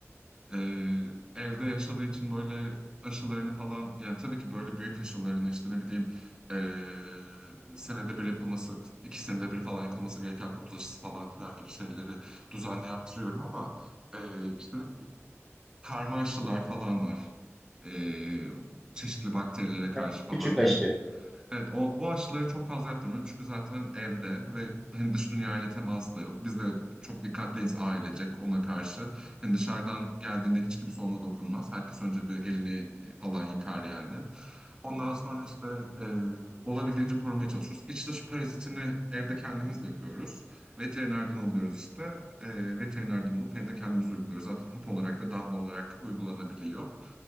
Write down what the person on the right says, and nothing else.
e, e, e, evde yaşadığı için böyle aşılarını falan yani tabii ki böyle büyük aşılarını işte ne bileyim e, senede bir yapılması iki senede bir falan yapılması gereken kuduz aşısı falan filan gibi şeyleri düzenli yaptırıyorum ama e, işte ne bileyim karma aşılar falan var. E, çeşitli bakterilere karşı
falan
hani
Evet o, o aşıları çok fazla yaptırmıyorum çünkü zaten evde ve hani dış dünyayla teması da yok. Biz de çok dikkatliyiz ailecek ona karşı. Hani dışarıdan geldiğinde hiç kimse ona dokunmaz. Herkes önce bir elini falan yıkar yani. Ondan sonra işte e, olabildiğince korumaya çalışıyoruz. İç dış parazitini evde kendimiz yapıyoruz. Veterinerden alıyoruz işte. E, veterinerden alıp evde kendimiz uyguluyoruz. Zaten hap olarak ve damla olarak uygulanabiliyor.